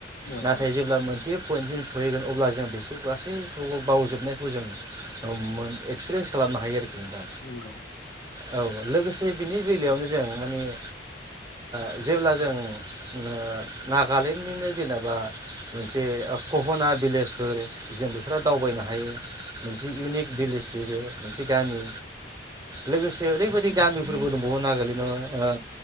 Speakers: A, on the left; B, on the right.
A: औ
B: नाथाय
A: औ
B: जेब्ला मोनसेयो पइन्टसिम सहैगोन अब्ला जों बेफोर गासैखौबो बावजोबनायखौ जों मोन एक्सपिरियेन्स खालामनो हायो नोंथां
A: नंगौ
B: औ लोगोसे बिनि बेलायावनो जों माने ओ जेब्ला जों ओ नागालेण्डनिनो जेनेबा मोनसे कहना भिलेजफोर जों बेफोराव दावबायनो हायो मोनसे इउनिक भिलेज बेबो मोनसे गामि लोगोसे ओरैबायदि गामिफोरबो दंबावो नागालेण्डआवनो ओ